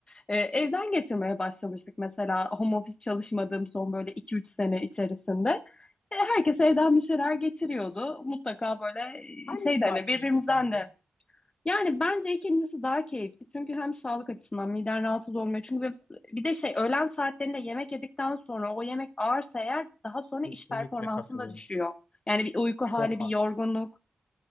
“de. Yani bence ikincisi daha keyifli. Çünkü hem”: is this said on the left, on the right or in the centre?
Left